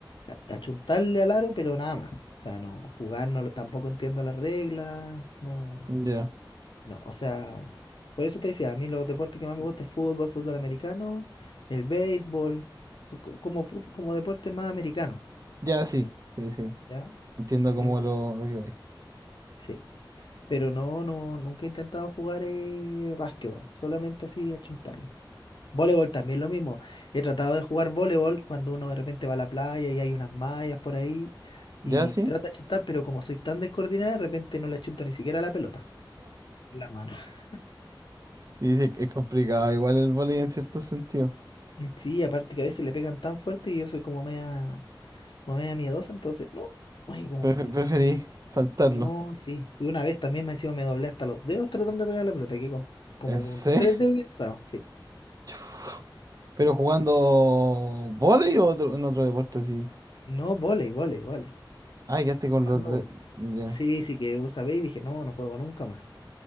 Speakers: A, on the left; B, on the right.
A: a- achuntarle al aro, pero nada más. O sea, no, jugar no, lo- tampoco entiendo las reglas, no,
B: Ya,
A: no, o sea, por eso te decía, a mí los deportes que más me gusta el fútbol, fútbol americano, el béisbol, son co- como fut- como deporte más americano,
B: ya, sí, sí, sí.
A: ¿ya?
B: Entiendo como
A: Pero
B: lo, lo que vais.
A: sí, pero no, no, nunca he intentado jugar eh, básquetbol, solamente así achuntarle. Voleibol también lo mismo. He tratado de jugar voleibol cuando uno de repente va a la playa y hay unas mallas por ahí
B: Ya,
A: y
B: sí.
A: trata de chutar, pero como soy tan descoordinada, de repente no le chuto ni siquiera la pelota en la mano. <laughs>
B: Sí, sí, es complicado, igual el vóley en cierto sentido.
A: Mm, Sí, aparte que a veces le pegan tan fuerte y yo soy como media, como media miedosa, entonces, no, ay, como
B: Pre-
A: que,
B: preferí saltarlo.
A: no, sí. Y una vez también me encima me doblé hasta los dedos tratando de pegar la pelota, que con, como
B: ¿En serio?
A: con tres dedos guinzados, sí.
B: <laughs> Chuf. ¿Pero jugando vóley o otro, en otro deporte así?
A: No, volei, volei, volei.
B: Ay, quedaste con
A: ¿Cuándo
B: los de...
A: volei?
B: Ya,
A: Sí, sí, que vos sabéis, dije, no, no juego nunca más,